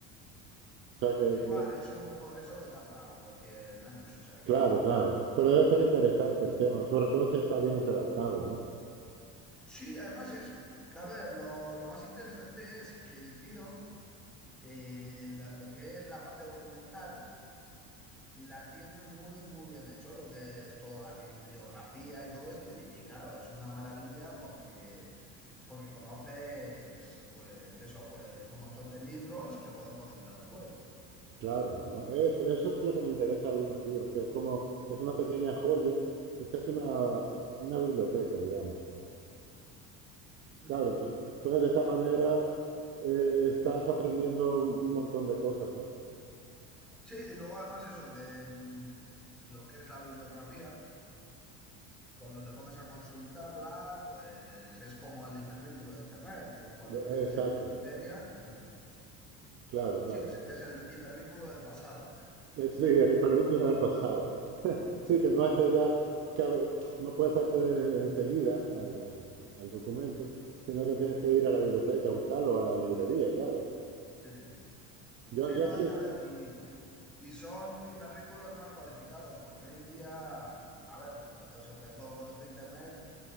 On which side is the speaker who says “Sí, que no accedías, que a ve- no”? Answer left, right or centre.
Right